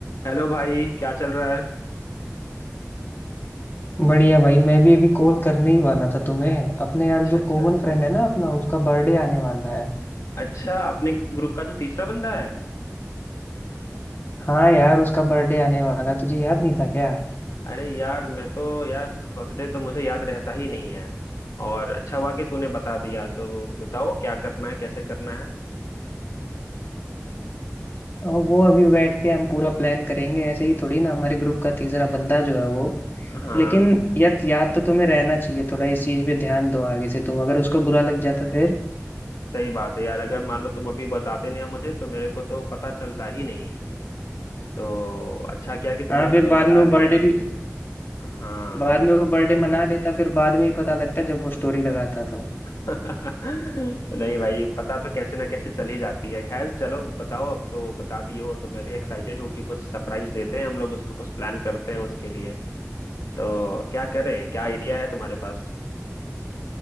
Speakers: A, on the left (about 85°); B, on the left (about 40°).
A: Hello भाई क्या चल रहा है
B: बढ़िया भाई मैं भी अभी कॉल करने ही वाला था तुम्हें अपने यार
A: अच्छा
B: जो
A: अच्छा
B: कॉमन फ्रेंड है ना अपना उसका बर्थडे आने वाला है
A: अच्छा अपने ग्रुप का जो तीसरा बंदा है
B: हाँ यार उसका बर्थडे आने वाला है तुझे याद नहीं था क्या
A: अरे यार मैं तो यार बर्थडे तो मुझे याद रहता ही नहीं है और अच्छा हुआ कि तूने बता दिया तो बताओ क्या करना है कैसे करना है
B: अ, वो अभी बैठ के हम पूरा प्लान करेंगे ऐसे ही थोड़ी ना हमारे ग्रुप का तीसरा बंदा जो है वो
A: हाँ
B: लेकिन यार याद तो तुम्हें रहना चाहिए थोड़ा इस चीज पे ध्यान दो आगे से तुम अगर उसको बुरा लग जाता फिर
A: सही बात है यार अगर मान लो तुम अभी बताते नहीं हो मुझे तो मेरे को तो पता चलता ही नहीं तो अच्छा किया कि तुमने
B: हाँ
A: मुझे
B: फिर बाद
A: बता
B: में वो बर्थडे
A: दिया
B: भी
A: हाँ
B: बाद में वो बर्थडे मना लेता फिर बाद में ही पता लगता जब वो स्टोरी लगाता तो
A: <laughs> नहीं भाई पता तो कैसे ना कैसे चल ही जाती है खैर चलो बताओ अब तो बता दिए हो तो मैं भी एक्साइटेड हूँ कि कुछ सरप्राइज देते हैं हम लोग उसको कुछ प्लान करते हैं उसके लिए तो क्या करें क्या आइडिया है तुम्हारे पास